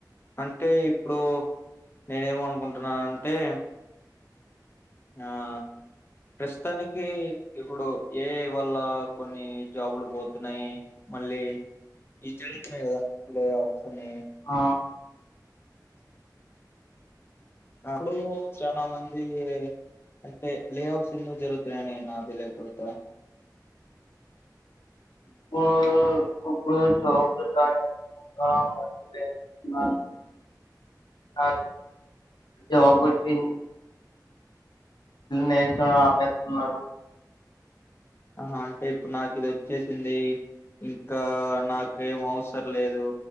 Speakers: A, on the left (about 35°); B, on the left (about 80°).
A: అంటే ఇప్పుడు నేనేమనుకుంటున్నాను అంటే ఆ ప్రస్తుతానికి ఇప్పుడు ఏ ఐ వల్ల కొన్ని జాబులు పోతున్నాయి మళ్ళీ ఇవి జరుగుతున్నాయి కదా ప్లే ఆఫ్స్ అని
B: ఆ
A: అప్పుడు చానా మంది అంటే లేఅట్స్ ఎందు జరుగుతున్నాయని అది లే పోత
B: ఇప్పుడు ఇప్పుడు జాబ్ జాయిన్ అ జాబ్ వచ్చి నేర్చ ఆపేస్తున్నారు
A: ఆ అంటే ఇప్పుడు నాకు ఇది వచ్చేసింది ఇంకా ఆ నాకమో పర్లేదు